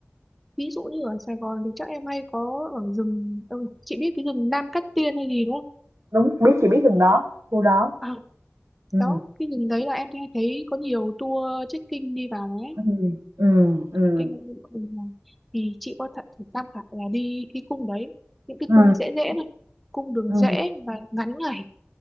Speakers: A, in the centre; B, on the right (about 80°).
A: ví dụ như ở Sài Gòn thì chắc em hay có ở rừng ừ, chị biết cái rừng Nam Cát Tiên hay gì đúng không
B: đúng biết chị biết từng đó khu đó
A: à,
B: ừ
A: đó cái rừng đấy là em hay thấy có nhiều tour trekking đi vào đấy.
B: ừ ừ Ừ.
A: cái ngôi vua của mình này thì chị có thể thử tham khảo là đi cái cung đấy những cái
B: Ừ,
A: cung dễ dễ này cung đường
B: ừ,
A: dễ và ngắn ngày